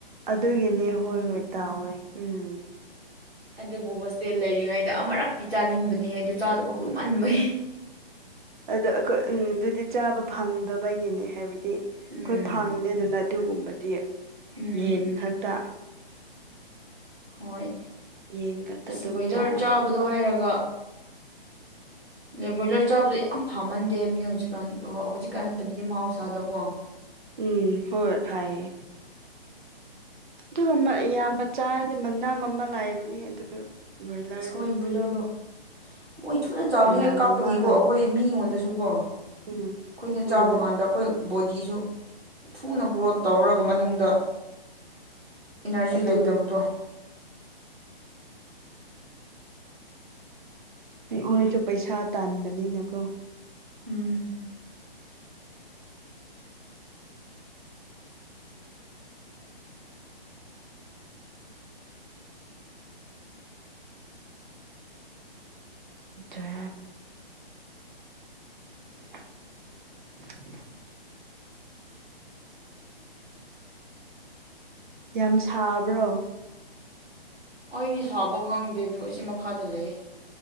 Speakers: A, on the right (about 55°); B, on the right (about 85°).
A: ꯑꯗꯨꯒꯤꯅꯦ ꯍꯣꯏ ꯍꯣꯏ ꯇꯥꯛꯑꯣꯦ ꯎꯝ
B: ꯑꯗꯨꯕꯨ ꯍꯣꯁꯇꯦꯜ ꯂꯩꯔꯤꯉꯩꯗ ꯑꯃꯨꯔꯛꯇꯤ ꯆꯥꯅꯤꯡꯕꯅꯤ ꯍꯥꯏꯗ ꯆꯥꯗꯕ ꯀꯨꯏꯃꯟꯕꯒꯤ
A: ꯑꯗꯣ ꯑꯩꯈꯣꯏ ꯎꯝ ꯑꯗꯨꯗꯤ ꯆꯥꯕ ꯐꯪꯗꯕꯒꯤꯅꯦ ꯍꯥꯏꯕꯗꯤ ꯑꯩꯈꯣꯏ
B: ꯎꯝ
A: ꯐꯪꯗꯦꯗꯅ ꯑꯗꯨꯒꯨꯝꯕꯗꯤ
B: ꯎꯝ
A: ꯌꯦꯟ ꯈꯛꯇ
B: ꯍꯣꯏ
A: ꯌꯦꯟ ꯈꯛꯇ
B: ꯑꯁ
A: ꯑꯗꯨꯝ
B: ꯕꯣꯏꯂꯔ
A: ꯆꯥꯕꯅꯤ
B: ꯆꯥꯕꯗꯣ ꯍꯥꯏꯔꯒ ꯕ꯭ꯔꯣꯏꯂꯔ ꯆꯥꯕꯗ ꯌꯥꯝ ꯐꯝꯃꯟꯗꯦ ꯍꯥꯏꯕꯅꯤ ꯍꯧꯖꯤꯛꯀꯥꯟ ꯍꯧ ꯀꯥꯟꯅꯗꯕꯤꯒꯤ ꯃꯍꯧꯁꯥꯗꯀꯣ ꯎ
A: ꯎꯝ ꯍꯣꯏ ꯍꯥꯏꯌꯦ ꯑꯗꯨꯒ ꯌꯥꯝ ꯃ ꯆꯥ ꯃꯅꯝ ꯑꯃ ꯂꯥꯛꯑꯕꯅꯦ ꯑꯗꯨ ꯕ꯭ꯔꯣꯏꯂꯔꯗꯣ
B: ꯁꯣꯏ ꯕꯣꯏꯂꯔꯗꯣ ꯃꯣꯏ ꯊꯨꯅ ꯆꯥꯎꯅꯤꯡꯉꯥꯏ
A: ꯃꯅꯥꯝ
B: ꯀꯥꯞꯄꯒꯤꯀꯣ
A: ꯑꯃ ꯂꯥꯛꯕꯅꯤ
B: ꯑꯩꯈꯣꯏ ꯃꯤꯉꯣꯟꯗꯁꯨ ꯀꯣ
A: ꯎꯝ
B: ꯑꯩꯈꯣꯏꯅ ꯆꯥꯕ
A: ꯎꯝ
B: ꯀꯥꯟꯗ ꯑꯩꯈꯣꯏ ꯕꯣꯗꯤꯁꯨ ꯊꯨꯅ ꯒ꯭ꯔꯣꯠ ꯇꯧꯔꯒ ꯃꯅꯨꯡꯗ ꯏꯅꯔꯖꯤ
A: ꯑꯗꯨ
B: ꯂꯩꯇꯕꯗꯣ
A: ꯑꯣꯏꯣꯏꯁꯨ ꯄꯩꯁꯥ ꯇꯥꯟꯕꯅꯤꯅꯀꯣ
B: ꯎꯝ
A: ꯑꯗ <inaudible> ꯌꯥꯝ ꯁꯥꯕ꯭ꯔꯣ
B: ꯑꯩꯗꯤ ꯁꯥꯕ ꯈꯪꯗꯦ ꯑꯗꯨ ꯁꯤ ꯃꯈꯥꯗ ꯂꯩꯌꯦ